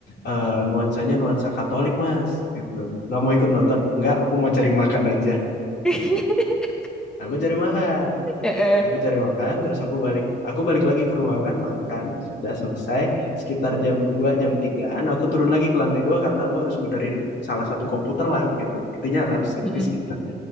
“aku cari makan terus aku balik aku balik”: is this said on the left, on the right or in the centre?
Left